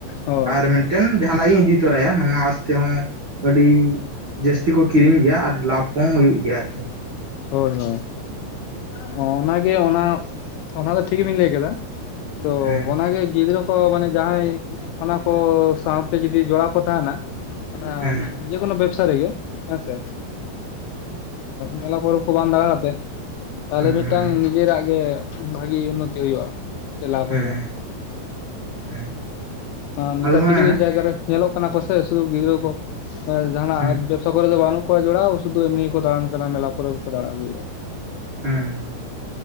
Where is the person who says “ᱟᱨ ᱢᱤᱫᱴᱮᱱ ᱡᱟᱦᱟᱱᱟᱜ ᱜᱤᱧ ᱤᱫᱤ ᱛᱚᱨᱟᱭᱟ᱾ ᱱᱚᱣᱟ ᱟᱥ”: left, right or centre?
Right